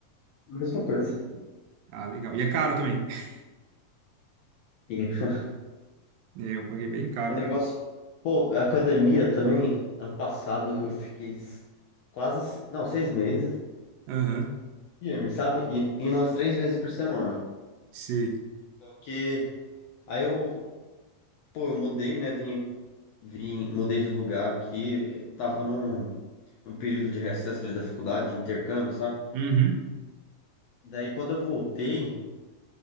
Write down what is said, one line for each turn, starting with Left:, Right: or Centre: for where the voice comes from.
Left: Mesma coisa.
Right: Ah, legal. E é caro também. <laughs>
Left: Sim. <laughs>
Right: É, eu paguei bem caro,
Left: O negócio.
Right: cara.
Left: Pô, a academia também, ano passado eu fiquei s- quase, se- não, seis meses,
Right: Aham.
Left: firme, sabe? E indo umas três vezes por semana.
Right: Sei.
Left: Só que aí eu, pô, eu mudei, né? Vim, vim, mudei de lugar aqui. Eu tava num, num período de recesso ali da faculdade, de intercâmbio, sabe?
Right: Uhum.
Left: Daí quando eu voltei,